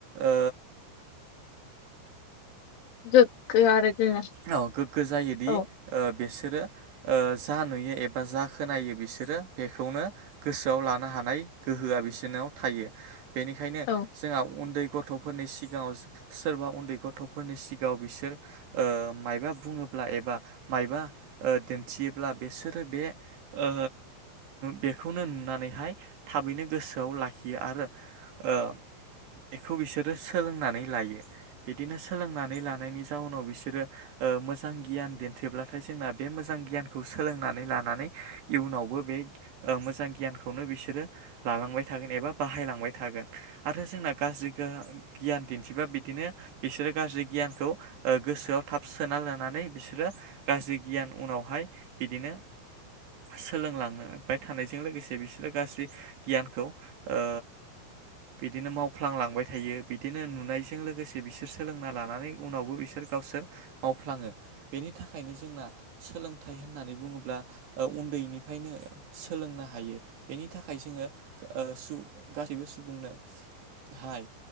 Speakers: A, on the right; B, on the left.
A: ओ
B: <inaudible> गोग्गो आरो गोरा
A: औ गोग्गो जायोदि
B: औ
A: ओ बिसोरो ओ जा नुयो एबा जा खोनायो बिसोरो बेखौनो गोसोआव लानो हानाय गोहो आ बिसोरनाव थायो बेनिखायनो
B: औ
A: जोंहा उन्दै गथफोरनि सिगाङाव सोरबा उन्दै गथ'फोरनि सि गाव बिसोर ओ मायबा बुंङोब्ला एबा मायबा ओ दिन्थियोब्ला बिसोर बे ओ बेखौनो नुनानैहाय थाबैनो गोसोआव लाखियो आरो ओ बेखौ बिसोरो सोलोंनानै लायो बिदिनो सोलोंनानै ला लानायनि जाउनाव बिसोरो ओ मोजां गियान दिनथिब्लाथाय जोंना बे मोजां गियानखौ सोलोंनानै ला नानै इयुनावबो बे मोजां ओ गियानखौनो बिसोरो लालांबाय थागोन एबा बाहायलां बाय थागोन आरो जोंना गाज्रि गोहोम गियान दिनथिबा बिदिनो बिसोरो गाज्रि गियान खौ गोसोआव थाब सोना लानै बिसोरो गाज्रि गियान उनावहाय बिदिनो सोलोंलांबाय थानायजों लोगोसे बिसोरो गाज्रि गियानखौ ओ बिदिनो मावफ्लांलांबाय थायो बिदिनो नुनायजों लोगोसे बिसोर सोलोंना लानानै उनावबो बिसोर गावसोर मावफ्लाङो बेनि थाखायनो जोंना सोलोंथाइ होननानै बुंङोब्ला ओ उन्दैनिफ्रायनो सोलोंनो हायो बेनि थाखाय जोंङो ओ गासैबो सुबुंनो हाय